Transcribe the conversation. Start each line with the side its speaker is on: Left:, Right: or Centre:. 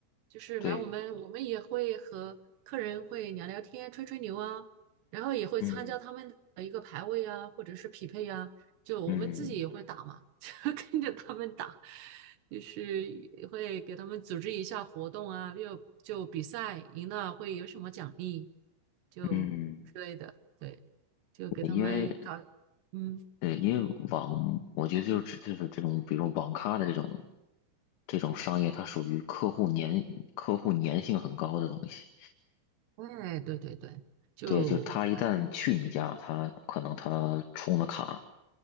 Right: 就是来我们我们也会和客人会聊聊天、
Left: 对，
Right: 吹吹牛啊，然后也会参加他们的一个排位啊，
Left: 嗯
Right: 或者是匹配啊，就我们自己也会打嘛，
Left: 嗯
Right: <laughs> 就跟着他们打，就是也会给他们组织一下活动啊，又就比赛赢了会有什么奖励，就之类的，
Left: 嗯，
Right: 对，就给他们搞，
Left: 因为
Right: 嗯。
Left: 呃，因为网，我觉得就是指就是这种，比如网咖的这种这种商业，它属于客户粘客户粘性很高的东西。
Right: 哎，对对对，就反正
Left: 对，就是他一旦去你家，他可能他充了卡，